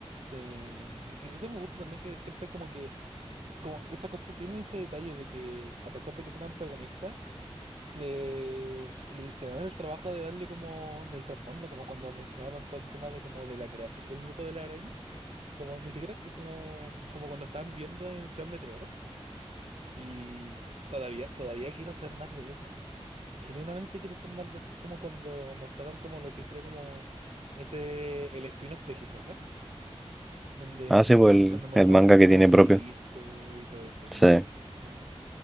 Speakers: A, on the right; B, in the centre.
A: Te- es que eso me gusta también que siempre como que, como esa cosa tiene ese detalle de que a pesar de que son antagonistas, le, le se dan el trabajo de darle como del trasfondo, como cuando mencionaron todo el tema de como de la creación del grupo de la araña. Como ni siquiera como, como cuando estaban viviendo en Ciudad Meteoro. Y todavía, todavía quiero ser más de eso. Genuinamente quiero ser más de eso. Es como cuando mostraron como lo que sería como ese, el spin-off de Hisoka, donde,
B: Ah,
A: mm,
B: sí, pues el,
A: donde mostraban
B: el manga
A: el tema
B: que tiene
A: del circo
B: propio.
A: y todo eso.
B: Sí,
A: Como,